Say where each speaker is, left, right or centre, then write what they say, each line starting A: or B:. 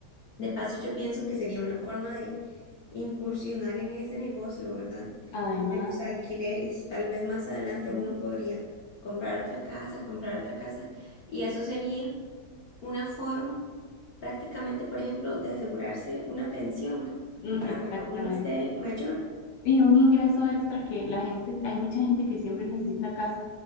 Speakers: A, on the left (about 60°); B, on the left (about 80°).
A: De paso, yo pienso que sería una forma de incursionar en ese negocio, ¿verdad?
B: Además,
A: De los alquileres. Tal vez más adelante
B: sí,
A: uno podría comprar otra casa, comprar otra casa. Y eso sería una forma prácticamente, por ejemplo, de asegurarse una pensión
B: mm,
A: para
B: exactamente.
A: cuando uno esté mayor.
B: Y un ingreso extra que la gente, hay mucha gente que siempre necesita casa.